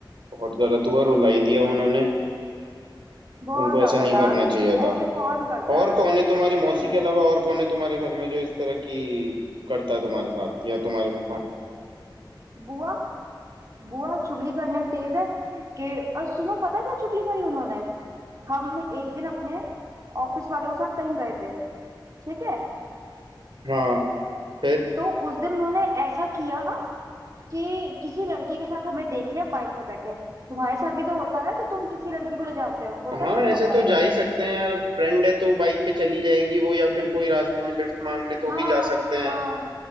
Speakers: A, on the right; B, on the right.
A: बहुत गलत हुआ रुलाई दिया उन्होंने
B: बहुत
A: उनको
B: ज्यादा
A: ऐसा नहीं
B: यार
A: करना चाहिए था
B: ऐसे कौन करता
A: और
B: है
A: कौन है तुम्हारी मौसी
B: फिर
A: के अलावा और कौन है तुम्हारे घर में जो इस तरह की करता है तुम्हारे साथ या तुम्हारे भाई
B: बुआ बुआ चुगली करने में तेज है कि और सुनो पता है क्या चुगली करी उन्होंने हम एक दिन अपने ऑफिस वालों के साथ कहीं गए थे ठीक है
A: हाँ फिर
B: तो उस दिन उन्होंने ऐसा किया कि किसी लड़के के साथ हमें देख लिया बाइक पे बैठे तुम्हारे साथ भी तो होता है ना कि तुम किसी लड़की को ले जाते हो होता
A: हाँ
B: है कि नहीं
A: ऐसे
B: होता
A: तो
B: है
A: जा ही सकते हैं यार अब फ्रेंड है तो बाइक पे चली जाएगी वो या फिर कोई रास्ते में लिफ्ट मांग ले तो
B: हाँ
A: भी जा सकते हैं
B: हाँ